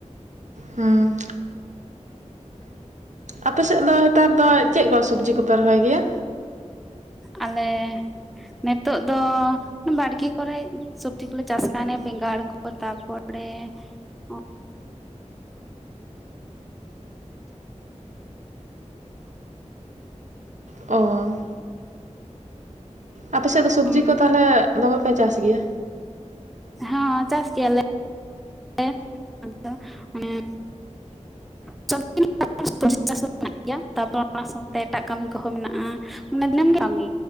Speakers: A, on the right; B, in the centre.
A: ᱦᱩᱸ ᱟᱯᱮ ᱥᱮᱫ ᱫᱚ ᱱᱮᱛᱟᱨ ᱫᱚ ᱪᱮᱫ ᱠᱚ ᱥᱚᱵᱡᱤ ᱠᱚᱯᱮ ᱨᱚᱦᱚᱭ ᱜᱮᱭᱟ
B: ᱟᱞᱮ ᱱᱤᱛᱳᱜ ᱫᱚ ᱵᱟᱲᱜᱮ ᱠᱚᱨᱮ ᱥᱚᱵᱡᱤ ᱠᱚᱞᱮ ᱪᱟᱥ ᱠᱟᱱ ᱵᱮᱸᱜᱟᱲ ᱠᱚ ᱛᱟᱨᱯᱚᱨᱮ ᱚ
A: ᱚ ᱟᱯᱮ ᱥᱮᱫ ᱫᱚ ᱥᱚᱵᱽᱡᱤ
B: ᱦᱚᱸ
A: ᱠᱚ ᱛᱟᱦᱚᱞᱮ ᱫᱚᱢᱮ ᱯᱮ ᱪᱟᱥ ᱜᱮᱭᱟ
B: ᱦᱮᱸ ᱪᱟᱥ ᱜᱮᱭᱟᱞᱮ <unintelligible> <unintelligible> ᱼᱼᱼᱛᱟᱨᱯᱚᱨᱮ ᱚᱱᱟ ᱥᱟᱶᱛᱮ ᱮᱴᱟᱜ ᱠᱟᱹᱢᱤ ᱠᱚᱦᱚᱸ ᱢᱮᱱᱟᱜᱼᱟ ᱢᱟᱱᱮ ᱫᱤᱱᱟᱢ ᱠᱟᱹᱢᱤ